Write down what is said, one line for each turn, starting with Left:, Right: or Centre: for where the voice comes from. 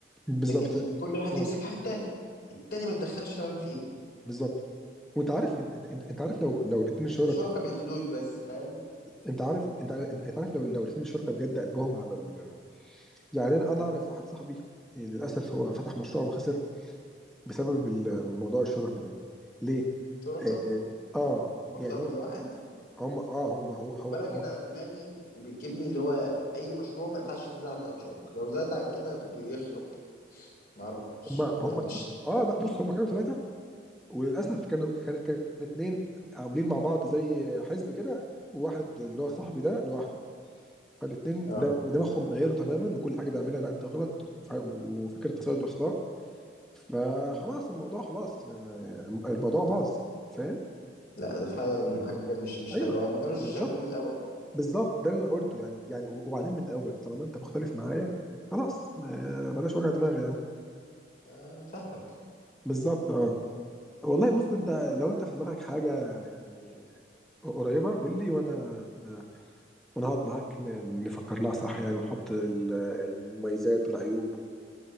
Centre: بالظبط
Left: لكن كل واحد
Centre: اه
Left: يمسك حته التاني ما يتدخلش تمام فيها
Centre: بالظبط وانت عارف انت, انت انت عارف لو لو الاثنين شركاء
Left: احنا شركاء بالفلوس بس فاهم
Centre: انت عارف انت عارف, انت عارف لو لو الاثنين شركاء بجد قلبهم على ال... يعني انا انا اعرف واحد صاحبي يعني للاسف هو فتح مشروع وخسر بسبب الموضوع الشركاء ده ليه؟
Left: شركاء
Centre: اه, آه
Left: باكتر
Centre: يعني
Left: من
Centre: هو-
Left: واحد
Centre: هم اه هم هو-
Left: خد
Centre: هو-
Left: بالك
Centre: هم
Left: انا دماغي بتجيبني اللي هو اي مشروع ما ينفعش يزيد عن 3 شهور لو زاد عن كده بيخرب ما اعرفش
Centre: هم
Left: يعني
Centre: هم
Left: انا مش
Centre: اه لا بص هم كانوا ثلاثه وللاسف كانوا كان كان اتنين عاملين مع بعض زي حزب كده وواحد اللي هو صاحبي ده لوحده فالاتنين
Left: اه
Centre: ده- دماغهم غيروا تماما وكل حاجه بيعملها لا انت غلط وف- وفكره تصيد الاخطاء فخلاص الموضوع خلاص آه، الموضوع باظ فاهم
Left: لا ده فعلا حاجه مش مش
Centre: ايوه
Left: حلوه ما كانوش
Centre: بالظبط
Left: يشاركوه من الاول
Centre: بالظبط ده اللي انا قلته يعني يعني وبعدين من الاول طالما انت مختلف معايا خلاص آه، بلاش وجع دماغ يعني
Left: آه فاهمك
Centre: بالظبط اه والله بص انت لو انت في دماغك حاجه يعني قريبه قول لي وانا ونقعد معاك ن- نفكر لها صح يعني ونحط ال- المميزات والعيوب و-